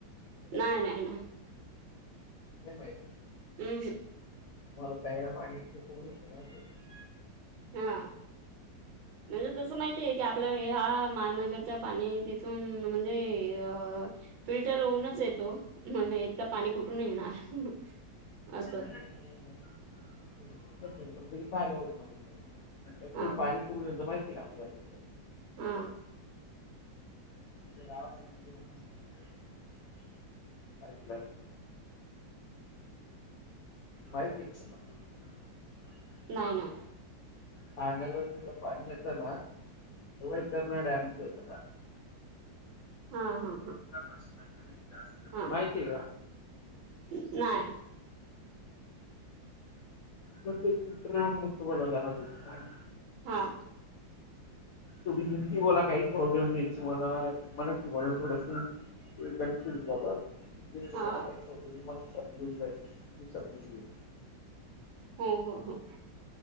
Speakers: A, on the left; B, on the right.
A: मुंबईला
B: नाय नाय नाय.
A: नाही माहित‌.
B: हम हं.
A: तुम्हाला प्यायला पाणी इथं कुठून येत माहित आहे का?
B: हा, म्हणजे तस माहिती आहे की आपल्या महानगरच पाणी तिथून म्हणजे अ फिल्टर होऊनच येतो. म्हणे इतकं पाणी कुठून येणार असं.
A: नाही, नाही, <unintelligible>
B: हा
A: पाणी परून य माहितीय का आपल्याला.
B: हा.
A: <unintelligible> पाईपलाईन. मज फिक्स आहे म्हणा.
B: नाही नाही
A: ठाण्याला किंवा पाणी येत ना तेव्हा इकडंन डॅमचं येत पानी.
B: हा हा हा.
A: <unintelligible>
B: हा
A: माहिती का
B: नाय.
A: म किट्रे म तुळ <unintelligible>
B: हा.
A: तुम्ही हिंदी बोला काही प्रॉब्लेम नाही तुम्हाला मला तू बल थोडस‌ तुम्ही कन्फ्युज होऊन जातात. हिंदी मध्ये
B: हा
A: बोला काही प्रॉब्लेम नाही मी समजून जाईल मी समजून घेईल.
B: हो हो हो